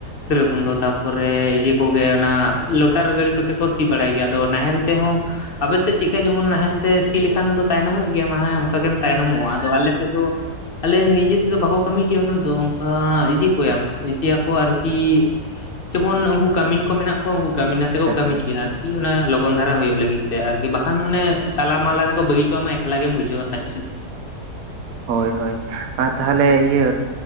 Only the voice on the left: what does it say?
ᱥᱮᱨᱚᱠᱚᱢ ᱫᱚ ᱛᱟᱯᱚᱨᱮ ᱤᱭᱟᱹ ᱠᱚᱜᱮ ᱚᱱᱟ ᱞᱚᱴᱟᱨ ᱜᱰᱤᱤ ᱠᱚᱛᱮ ᱠᱚ ᱥᱤ ᱵᱟᱲᱟᱭ ᱜᱮᱭᱟ ᱟᱫᱚ ᱱᱟᱦᱮᱞ ᱛᱮ ᱦᱚᱸ ᱟᱯᱮᱥᱮᱫ ᱪᱮᱫ ᱞᱮᱠᱟ ᱡᱮᱢᱚᱱ ᱱᱟᱦᱮᱞ ᱛᱮ ᱥᱤ ᱞᱮᱠᱷᱟᱱ ᱫᱚ ᱛᱟᱭᱱᱚᱢᱚᱜ ᱜᱮᱭᱟ ᱢᱟ ᱚᱱᱠᱟ ᱜᱮᱢ ᱛᱟᱭᱱᱚᱢᱚᱜᱼᱟ ᱟᱫᱚ ᱟᱞ ᱥᱮᱫ ᱫᱚ ᱟᱞᱮ ᱱᱤᱡᱮ ᱛᱮᱫᱚ ᱵᱟᱠᱚ ᱠᱟᱹᱢᱤ ᱜᱮᱭᱟ ᱩᱱᱟᱹᱜ ᱫᱚ ᱚᱱᱠᱟ ᱤᱡᱤ ᱠᱚᱭᱟ ᱤᱭᱟᱹ ᱤᱭᱟ. ᱟᱨᱠᱤ ᱡᱮᱢᱚᱱ ᱩᱱᱠᱩ ᱠᱟᱹᱢᱤᱱ ᱠᱚ ᱢᱮᱱᱟᱜ ᱠᱚᱣᱟ ᱩᱱᱠᱩ ᱠᱟᱹᱢᱛᱮ
ᱠᱚ
ᱠᱟᱹᱢᱤᱪᱚᱭᱟ
ᱟᱨᱠᱤ ᱚᱱᱟ ᱞᱚᱜᱚᱱ ᱫᱷᱟᱨᱟ ᱦᱩᱭᱩᱜ ᱞᱟᱹᱜᱤᱫ᱾ ᱟᱨᱠᱤ ᱵᱟᱠᱷᱟᱱ ᱚᱱᱮ ᱛᱟᱞᱟ ᱢᱟᱞᱟ ᱨᱮᱠᱚ ᱵᱟᱹᱜᱤ ᱦᱚᱴᱚᱣᱟ ᱢᱟ ᱮᱠᱞᱟ ᱜᱮᱢ ᱵᱩᱡᱷᱟᱹᱣᱟ ᱥᱟᱡ ᱥᱩᱪ